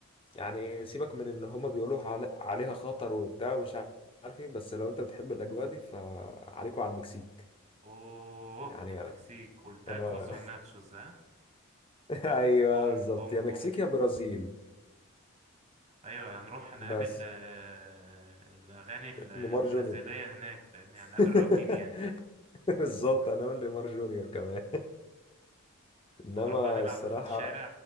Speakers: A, on the left; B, on the right.
A: يعني سيبك من إن هما بيقولوا علي عليها خطر وبتاع ومش عارف إيه بس لو أنت بتحب الأجواء دي فعليكوا على المكسيك
B: اوه
A: يعني
B: المكسيك
A: أنا
B: والتاكوز
A: أنا
B: والناتشوز ها
A: <laughs> أيوه
B: بوم
A: بالظبط
B: بوم
A: يا مكسيك
B: بوم
A: يا برازيل
B: ايوه هنروح نقابل
A: بس
B: آه، الاغاني البرازيلية
A: نيمار جونيور
B: هناك فاهمني هنقابل
A: <laughs>
B: رافينيا هناك
A: بالظبط
B: <laughs>
A: هنعمل نيمار جونيور كمان انما
B: ونروح بقى نلعب
A: الصراحه
B: في الشارع